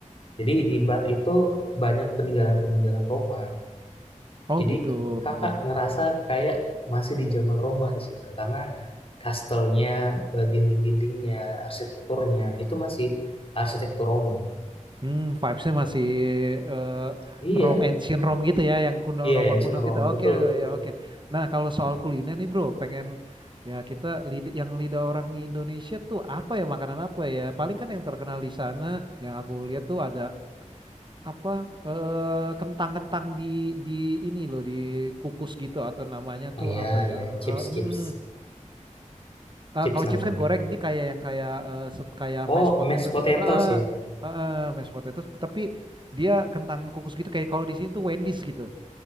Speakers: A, on the left; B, on the right.
A: Jadi di
B: mm.
A: Bath itu banyak peninggalan-peninggalan Roma.
B: Oh
A: Jadi
B: gitu
A: kakak
B: banyak.
A: ngerasa kayak masih di zaman Roma di situ karena kastelnya, eh, dinding-dindingnya, arsitekturnya itu masih arsitektur Roma.
B: Hmm, vibesnya masih eh,
A: Iya,
B: Rome ancient Rome gitu ya, yang kuno
A: iya
B: Roma
A: ancient
B: kuno
A: Rome,
B: gitu.
A: betul
B: Oke, oke,
A: betul.
B: ya oke. Nah, kalau soal kuliner nih bro, pengen ya kita lid- yang lidah orang Indonesia tuh apa ya makanan apa ya? Paling kan yang terkenal di sana, yang aku lihat tuh ada apa eh, kentang-kentang di di ini loh di kukus gitu atau namanya tuh
A: Oh iya
B: apa ya?
A: iya chips
B: Eh,
A: chips
B: hmm.
A: chips
B: Eh, kalau
A: namanya
B: chips kan
A: kak.
B: goreng, ini kayak yang kayak eh, sep- kayak
A: Oh
B: mashed potato
A: mashed potatoes
B: gitu. Heeh,
A: ya.
B: heeh, mashed potato. Tapi dia kentang kukus gitu. Kayak kalau di sini tuh Wendy's gitu.